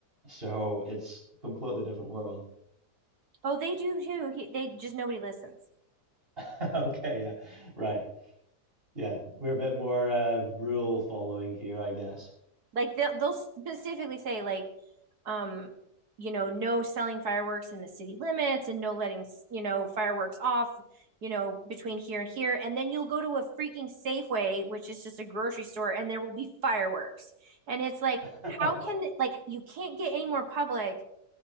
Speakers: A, on the right; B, on the right.
A: So it's a completely different world.
B: <laughs> oh they do too he, they just nobody listens
A: <laughs> Okay, yeah, right. Yeah, we're a bit more uh, rule following here, I guess.
B: Like they'll they'll specifically say like um you know no selling fireworks in the city limits and no letting you know fireworks off you know between here and here and then you'll go to a freaking Safeway which is just a grocery store and there will be fireworks and it's like
A: <laughs> That's
B: how can like you can't get any more public